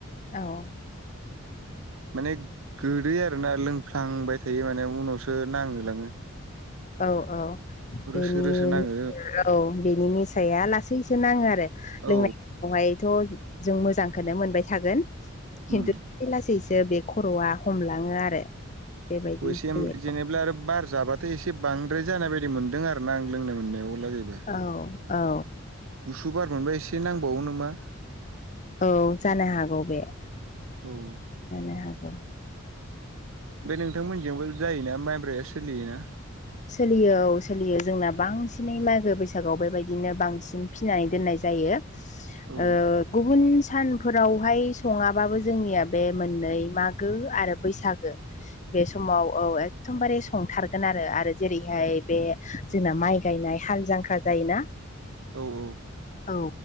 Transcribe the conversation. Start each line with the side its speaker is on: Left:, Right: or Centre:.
Left: औ
Right: माने गोदै आरोना लोंफ्लांबाय थायो माने उनावसो नांहोलाङो।
Left: औ औ
Right: रोसो
Left: बेनि
Right: रोसो नाङो
Left: औ बेनि निसाया लासैसो नाङो आरो लोंनाय
Right: औ
Left: यावहायथ' जों मोजांखोनो मोनबाय थागोन खिन्थु
Right: उम
Left: लासै लासैसो बे खर'आ हमलाङो आरो। बेबायदि
Right: बयसेम
Left: जायो
Right: जेनेब्ला आरो बार जाबा थाय एसे बांद्राय जानाय बायदि मोनदों आरो ना आं लोंनाय मोननायाव लागैबो।
Left: औ औ।
Right: गुसु बार मोनबा एसे नांबावो नामा?
Left: औ जानो हागौ बे जानो
Right: औ
Left: हागौ।
Right: ओमफाय नोंथांमोनजोंबो जायोना माइब्राया सोलियोना?
Left: सोलियो औ सोलियो जोंना बांसिनै मागो बैसागोआव बेबायदिनो बांसिन फिनानै दोननाय जायो।
Right: औ
Left: ओ गुबुन सानफोरावहाय सङाबाबो जोंनिया बे मोननै माग गो आरो बैसागो बे समाव औ एकथमबारे संथार गोन आरो आरो जेरैहाय बे जोंना माइ गायनाय हाल जांख्रा जायोना
Right: औ औ
Left: औ